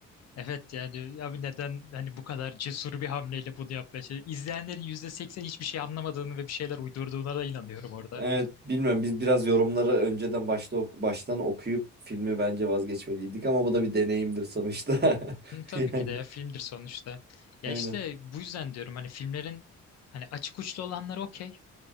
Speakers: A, on the left (about 60°); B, on the right (about 35°).
A: Evet yani abi neden hani bu kadar cesur bir hamleyle bunu yapmaya çalışıyor? İzleyenlerin %80 hiçbir şey anlamadığını ve bir şeyler uydurduğuna da inanıyorum orada.
B: Evet, bilmiyorum. Biz biraz yorumları önceden başta ok- baştan okuyup filmi bence vazgeçmeliydik ama bu da bir deneyimdir sonuçta. <laughs>
A: Hı, Tabii
B: Yani
A: ki de ya filmdir sonuçta. Ya
B: aynen.
A: işte bu yüzden diyorum hani filmlerin hani açık uçlu olanları okey